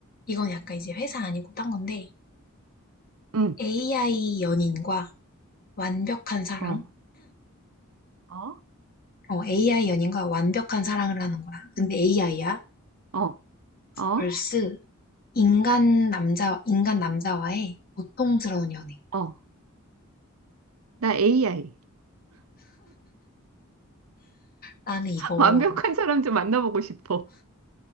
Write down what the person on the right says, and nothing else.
응,
어, 어,
어, 어,
어. 나 AI.
완벽한 사람 좀 만나보고 싶어.